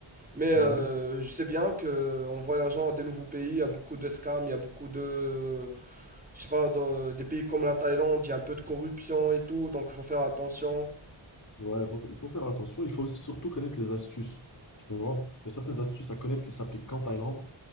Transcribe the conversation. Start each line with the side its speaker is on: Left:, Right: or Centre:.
Right: Mais euh,
Left: Ouais,
Right: je sais bien que en voyageant à des nouveaux pays, il y a beaucoup de scams, il y a beaucoup de, je sais pas, dans des pays comme la Thaïlande, il y a un peu de corruption et tout, donc il faut faire attention.
Left: ouais, faut- il faut faire attention, il faut surtout connaître les astuces, tu vois? Il y a certaines astuces à connaître qui s'appliquent qu'en Thaïlande,